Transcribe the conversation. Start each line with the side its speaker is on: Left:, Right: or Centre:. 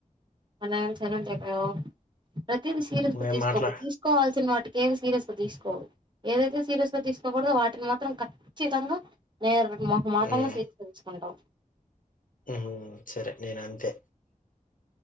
Right: మరేం సైలెంట్ అయిపోయావు ప్రతిదీ సీరియస్
Left: నువ్వేం
Right: తీసుకోకు
Left: మాట్లా
Right: తీసుకోవాల్సిన వాటికి ఏమి సీరియస్ గా తీసుకోవదు ఏదైతే సీరియస్ గా తీసుకోకూడదు వాటిని మాత్రం క ఖచ్చితంగా నేండు ముఖ మాటంగా
Left: ఉమ్
Right: ససి తెలుసుకుంటావు
Left: ఉహు సరే నేను అంతే